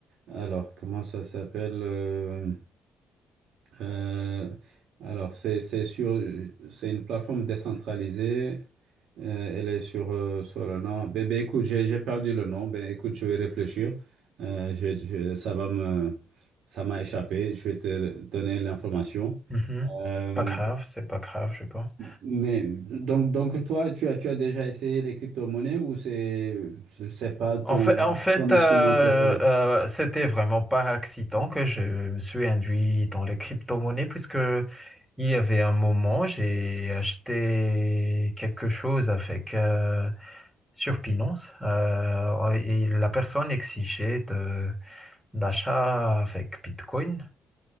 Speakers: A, on the right (about 75°); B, in the centre.
A: alors comment ça s'appelle? euh, euh, alors, c'est, c'est sur, c'est une plateforme décentralisée. Euh, elle est sur, euh, sur le nom. Ben, ben, écoute, j'ai j'ai perdu le nom. Ben, écoute, je vais réfléchir. Euh, je- je- ça va me, ça m'a échappé. Je vais te donner l'information.
B: Mhm.
A: Euh,
B: Pas grave, c'est pas grave, je pense.
A: mais donc, donc toi, tu as, tu as déjà essayé les crypto-monnaies ou c'est, c'est pas ton,
B: En fait, en fait
A: ton instrument
B: euh,
A: préféré?
B: euh, c'était vraiment par accident que je me suis induit dans les crypto-monnaies puisque il y avait un moment, j'ai acheté quelque chose avec euh, sur Binance euh, et la personne exigeait de- d'achat avec Bitcoin.